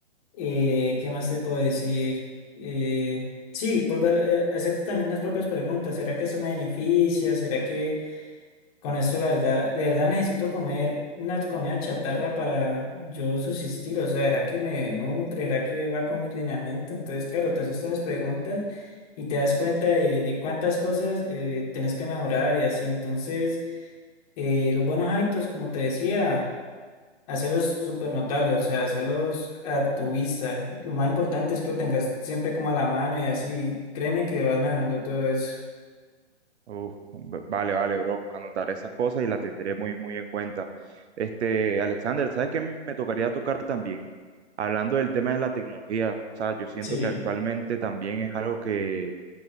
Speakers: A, on the left; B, on the right.
A: eh, ¿qué más te puedo decir? Eh, sí, volver eh, a hacerte también las propias preguntas. ¿Será que eso me beneficia? ¿Será que... Con eso, la verdad, de verdad necesito comer una comida chatarra para yo subsistir. O sea, ¿será que me nutre? ¿Será que va con mi lineamiento? Entonces, claro, te haces estas preguntas y te das cuenta de, de cuántas cosas eh, tenés que mejorar y así. Entonces, eh, los buenos hábitos, como te decía, hacerlos súper notables, o sea, hacerlos a tu vista. Lo más importante es que lo tengas siempre como a la mano y así. Créeme que vas mejorando todo eso.
B: Uf, v- vale, vale, bro. Anotaré esas cosas y las tendré muy, muy en cuenta. Este, Alexander, ¿sabes qué me tocaría tocar también? Hablando del tema de la tecnología, o sea, yo siento
A: Sí,
B: que actualmente también es algo que